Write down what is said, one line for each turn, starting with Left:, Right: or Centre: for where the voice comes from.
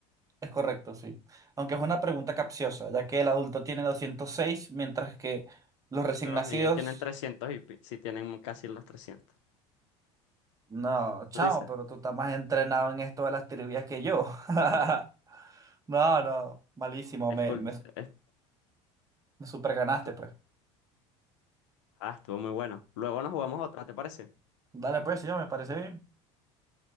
Right: es correcto, sí. Aunque es una pregunta capciosa, ya que el adulto tiene 206 mientras que los recién
Left: Los
Right: nacidos...
Left: niños tienen 300 y si tienen casi los trescientos.
Right: No, chamo,
Left: ¿Tú dices?
Right: pero tú estás más entrenado en esto de las trivias que yo. <laughs> No,
Left: Mm,
Right: no, malísimo,
Left: es
Right: me,
Left: cult-
Right: me,
Left: es
Right: me superganaste,
Left: tu-
Right: pues.
Left: Ah, estuvo muy bueno. Luego nos jugamos otra, ¿te parece?
Right: Dale, pues, sí, me parece bien.